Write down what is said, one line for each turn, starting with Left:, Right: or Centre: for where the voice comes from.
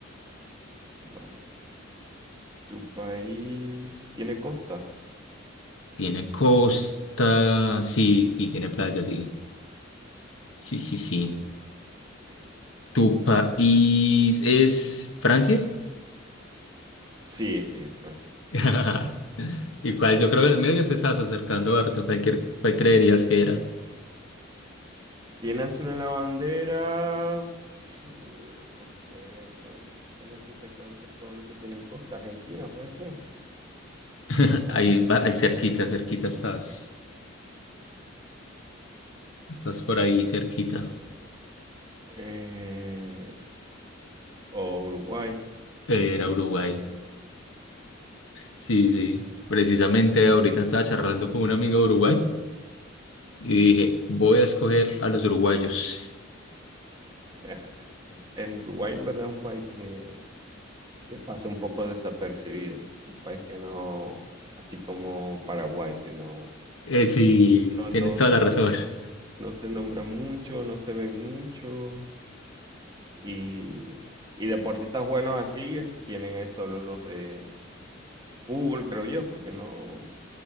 Right: vale. ¿Tu país tiene costa?
Left: Tiene costa, sí, sí, tiene playa, sí. Sí, sí, sí.
Right: Ok.
Left: ¿Tu país es Francia?
Right: Sí, sí, es Francia.
Left: <laughs> ¿Y cuál? Yo creo que medio que te estás acercando, harto. Cualquier, ¿cuál creerías que era?
Right: ¿Tiene azul en la bandera? Mm, No sé, no, es que no sé exactamente todo lo que tiene en costa. Argentina, puede ser.
Left: <laughs> Ahí, va- ahí cerquita, cerquita estás. Estás por ahí cerquita.
Right: Eh, o Uruguay.
Left: Era Uruguay. Sí, sí. Precisamente ahorita estaba charlando con un amigo de Uruguay y dije, voy a escoger a los uruguayos.
Right: <laughs> En Uruguay en verdad es un país que, que pasa un poco desapercibido, un país que no, así como Paraguay, que no,
Left: Eh, sí,
Right: no,
Left: tienes
Right: no
Left: toda
Right: se,
Left: la razón. <laughs>
Right: no se nombra mucho, no se ven mucho y, y deportistas buenos así es- tienen es solo los de fútbol, creo yo, porque no,